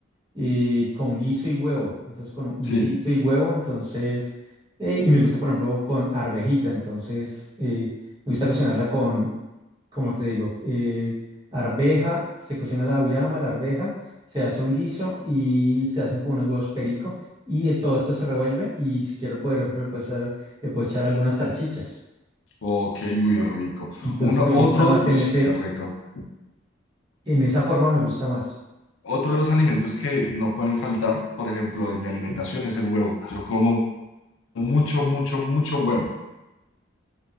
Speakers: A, on the right; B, on the left.
A: y con guiso y huevo. Entonces, con un guisito
B: Sí.
A: y huevo, entonces, eh, y me gusta, por ejemplo, con arvejita. Entonces, eh, me gusta cocinarla con, como te digo, eh, arveja, se cocina la auyama, la arveja, se hace un guiso y se hacen como unos huevos perico y eh, todo esto se revuelve y si quiero, poder ejemplo, le puedo echar, le puedo echar algunas salchichas.
B: Ok, uy, rico.
A: Entonces,
B: Uno,
A: me
B: otro,
A: gusta más
B: uy,
A: en ese,
B: qué rico.
A: en esa forma me gusta más.
B: Otro de los alimentos que no pueden faltar, por ejemplo, en mi alimentación es el huevo. Yo como mucho, mucho, mucho huevo.